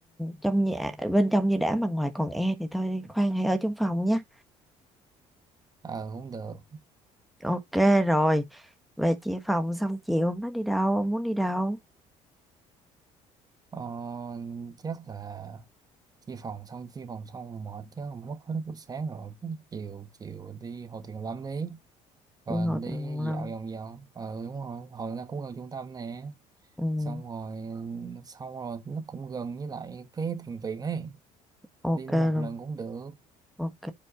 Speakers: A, in the centre; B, on the right (about 30°).
A: trong nhà bên trong như đã mà ngoài còn e thì thôi khoan hãy ở trong phòng nha
B: ờ cũng được
A: ok rồi về chia phòng xong chiều nó đi đâu ông muốn đi đâu
B: ờ, chắc là chia phòng xong chia phòng xong rồi mệt chứ không mất hết buổi sáng rồi Chứ chiều chiều đi Hồ Tuyền Lâm đi rồi
A: đi ngồi
B: đi
A: từ nguồn lâm
B: dạo vòng vòng ừ đúng rồi hồi nó cũng gần trung tâm nè
A: ừ,
B: xong rồi xong rồi nó cũng gần với lại cái thiền viện ấy
A: ok
B: đi luôn một
A: luôn
B: lần cũng được
A: ok